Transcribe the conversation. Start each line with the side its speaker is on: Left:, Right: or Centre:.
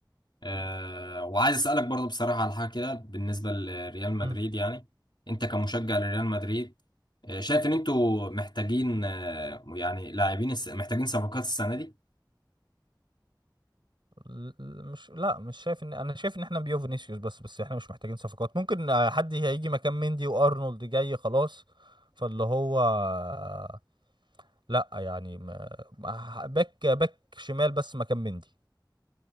Left: أه وعايز اسالك برضو بصراحه على حاجه كده بالنسبه لريال مدريد
Right: مم.
Left: يعني انت كمشجع لريال مدريد آه، شايف ان انتوا محتاجين آه، يعني لاعبين الس- محتاجين صفقات السنه دي
Right: ل- مش لا مش شايف ان انا شايف ان احنا بيو فينيسيوس بس بس احنا مش محتاجين صفقات ممكن آه، حد هيجي مكان مندي وارنولد جاي خلاص فاللي هو آه، لا يعني ما- ما- باك باك شمال بس مكان مندي